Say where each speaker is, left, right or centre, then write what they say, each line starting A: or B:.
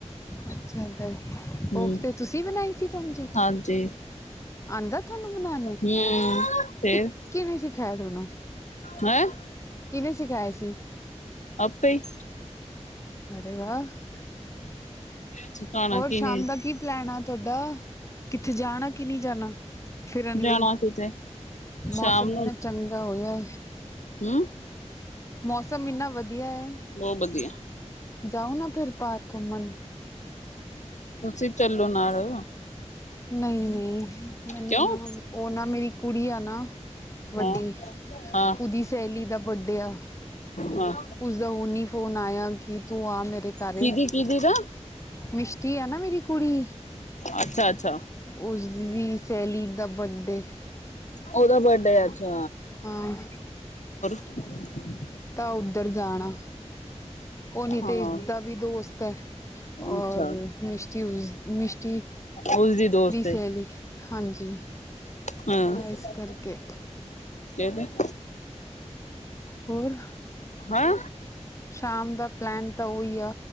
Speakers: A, on the left (about 25°); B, on the left (about 80°).
A: ਅੱਛਾ ਤ
B: ਹਮ
A: ਕੋਫ਼ਤੇ ਤੁਸੀਂ ਬਣਾਈ ਸੀ ਭੈਣਜੀ
B: ਹਾਂਜੀ
A: ਆਂਦਰ ਤੁਹਾਨੂੰ ਬਣਾਨੇ।
B: ਹਮ ਫੇਰ
A: ਕਿ ਕਿਵੇਂ ਸਿਖਾਇਆ ਤੁੋਨੂੰ
B: ਹੈਂ
A: ਕਿਨੇ ਸਿਖਾਏ ਸੀ?
B: ਆਪੇ ਹੀ
A: ਅਰੇ ਵਾਹ।
B: ਸੁਕਾਣਾ
A: ਔਰ
B: ਕਿਨੇ
A: ਸ਼ਾਮ ਦਾ ਕੀ ਪਲੈਨ ਆ ਤੁਹਾਡਾ ਕਿੱਥੇ ਜਾਣਾ ਕਿ ਨਹੀਂ ਜਾਣਾ। ਫਿਰਨ
B: ਜਾਣਾ
A: ਲਈ।
B: ਕਿਤੇ
A: ਮੌਸਮ
B: ਸ਼ਾਮ
A: ਇਨ੍ਹਾਂ ਚੰਗਾ ਹੋਇਆ।
B: ਹੂੰ।
A: ਮੌਸਮ ਇੰਨਾ ਵਧੀਆ ਐ।
B: ਬਹੁਤ ਵਧੀਆ
A: ਜਾਓ ਨਾ ਫਿਰ ਪਾਰ ਘੁੰਮਣ।
B: ਤੁਸੀਂ ਚੱਲੋ ਨਾਲ।
A: ਨਹੀਂ ਨਹੀਂ। ਮੈਨੂੰ
B: ਕਿਉਂ
A: ਨਾ ਉਹ ਨਾ ਮੇਰੀ ਕੁੜੀ ਆਂ ਨਾ ਵੱਡੀ
B: ਹਾਂ ਹਾਂ
A: ਓਦੀ ਸਹੇਲੀ ਦਾ ਬੱਡੇ ਆ
B: ਹਾਂ
A: ਉਸਦਾ ਹੂੰਨੀ ਫੋਨ ਆਇਆ ਕਿ ਤੂੰ ਆ ਮ ਤੇ ਘਰੇ
B: ਕਿਹਦੀ ਕਿਹਦੀ ਦਾ
A: ਮਿਸ਼ਟੀ ਆ ਨਾ ਮੇਰੀ ਕੁੜੀ
B: ਅੱਛਾ। ਅੱਛਾ
A: ਉਸਦੀ ਸਹੇਲੀ ਦਾ ਬੱਡੇ
B: ਉਹਦਾ ਬਰਡੇ ਅੱਛਾ
A: ਹਾਂ।
B: <inaudible>
A: ਤਾਂ ਉੱਧਰ ਜਾਣਾ। ਉਹ ਨਿਤੇਸ਼
B: ਹਾਂ
A: ਦਾ ਵੀ ਦੋਸਤ ਏ, ਔਰ
B: ਅੱਛਾ
A: ਮਿਸ਼ਟੀ ਉਸ ਮਿਸ਼ਟੀ
B: ਉਸਦੀ ਦੋਸਤ
A: ਦੀ ਸਹੇਲੀ
B: ਏ।
A: ਹਾਂਜੀ।
B: ਹਾਂ
A: ਤਾਂ ਇਸ ਕਰਕੇ
B: <unintelligible>
A: ਹੋਰ,
B: ਹਾਂ
A: ਸ਼ਾਮ ਦਾ ਪਲੈਨ ਤਾਂ ਉਹ ਹੀ ਆ,